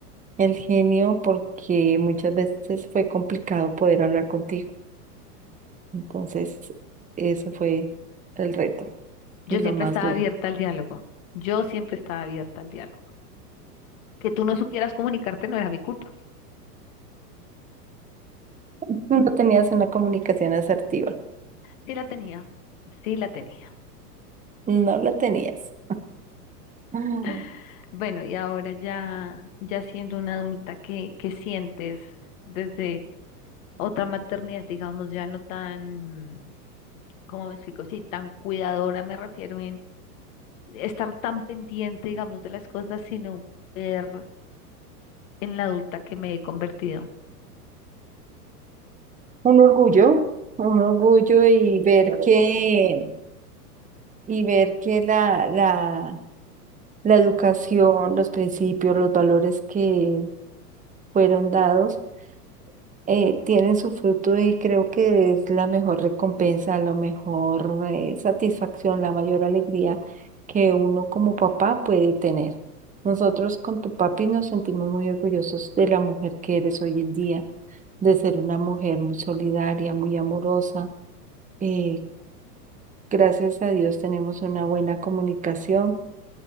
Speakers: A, on the right; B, on the left.
A: el genio, porque muchas veces fue complicado poder hablar contigo. Entonces, eso fue el reto
B: Yo
A: y lo
B: siempre
A: más
B: estaba
A: duro.
B: abierta al diálogo. Yo siempre estaba abierta al diálogo. Que tú no supieras comunicarte no era mi culpa.
A: Tú no tenías una comunicación asertiva,
B: Sí la tenía, sí la tenía.
A: no la tenías. Ah,
B: <laughs> Bueno, y ahora ya, ya siendo una adulta, ¿qué, qué sientes desde otra maternidad, digamos, ya no tan, ¿cómo me explico? Sí, tan cuidadora me refiero estar tan pendiente, digamos, de las cosas, sino ver en la adulta que me he convertido.
A: Un orgullo, un orgullo y ver que, y ver que la, la, la educación, los principios, los valores que fueron dados eh, tienen su fruto y creo que es la mejor recompensa, la mejor eh, satisfacción, la mayor alegría que uno como papá puede tener. Nosotros con tu papi nos sentimos muy orgullosos de la mujer que eres hoy en día, de ser una mujer muy solidaria, muy amorosa. Eh, gracias a Dios tenemos una buena comunicación,